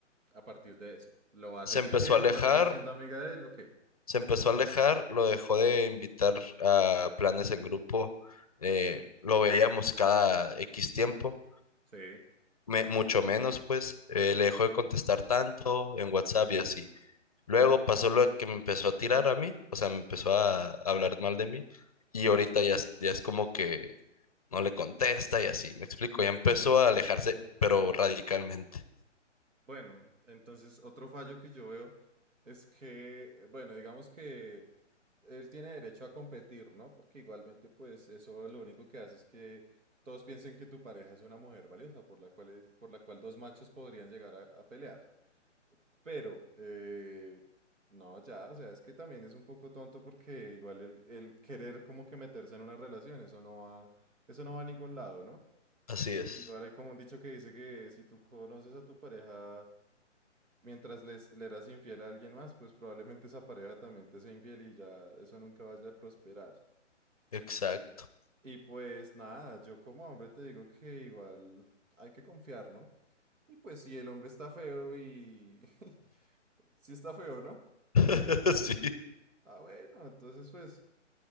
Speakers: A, on the right; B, on the left.
A: a partir de eso? ¿Lo va a
B: Se
A: seguir
B: empezó
A: viendo?
B: a alejar,
A: ¿Va a seguir siendo amiga de él? Ok.
B: se empezó a alejar, lo dejó de invitar a planes en grupo, eh, lo veíamos cada X tiempo,
A: Sí.
B: me- mucho menos pues, eh, le dejó de contestar tanto en WhatsApp y así. Luego pasó lo de que me empezó a tirar a mí, o sea, me empezó a hablar mal de mí y ahorita ya, es- ya es como que no le contesta y así, me explico, ya empezó a alejarse, pero radicalmente.
A: Bueno, entonces otro fallo que yo veo es que, eh, bueno, digamos que él tiene derecho a competir, ¿no? Porque igualmente, pues eso lo único que hace es que todos piensen que tu pareja es una mujer valiosa por la cual, es- por la cual dos machos podrían llegar a, a pelear. Pero, eh, no, ya, o sea, es que también es un poco tonto porque igual el, el querer como que meterse en una relación, eso no va, eso no va a ningún lado, ¿no?
B: Así es,
A: Igual hay como un dicho que dice que si tú conoces a tu pareja mientras les, le eras infiel a alguien más, pues probablemente esa pareja también te sea infiel y ya eso nunca vaya a prosperar.
B: exacto.
A: Y pues nada, yo como hombre te digo que igual hay que confiar, ¿no? Y pues si el hombre está feo y... <laughs> si está feo, ¿no?
B: <laughs> Sí,
A: Ah, bueno, entonces pues